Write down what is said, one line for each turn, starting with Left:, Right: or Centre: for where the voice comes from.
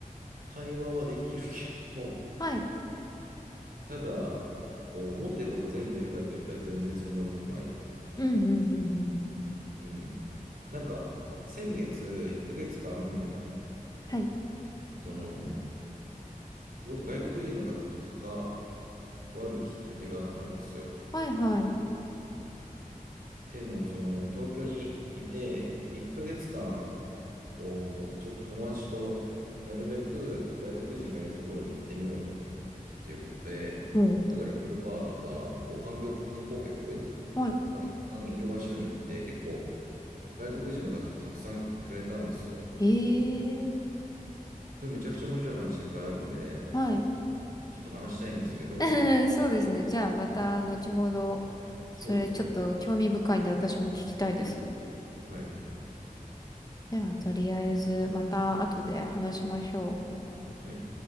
Right: 会話はできるけど、
Left: はい。
Right: ただ、こう、思ってること全部言えるかって言ったら全然そんなことない。
Left: うんうんうんうん。
Right: うん。なんか、先月、1ヶ月間、
Left: はい。
Right: その、すごく外国人の方と関わるきっかけがあったんですよ。っ
Left: はいはい。
Right: ていうのも、その、東京にいて、1ヶ月間、こう、ちょっと友達となるべく外国人がいるところに行ってみようっていうことで、
Left: も
Right: なんかいろいろバーとか、こう、観光、観光客
Left: うはい。
Right: がたくさんいる場所に行って、結構外国人の方とたくさん触れたんですよ。
Left: へえ。
Right: それめちゃくちゃ面白い話いっぱいあるんで、
Left: はい。
Right: ちょっと話したいんですけど、
Left: <laughs> そうですね。じゃあまた後ほど、
Right: そうですね。
Left: それちょっと興味深いんで私も聞きたいです。
Right: はい。
Left: じゃあとりあえずまた後で話しましょう。
Right: はい。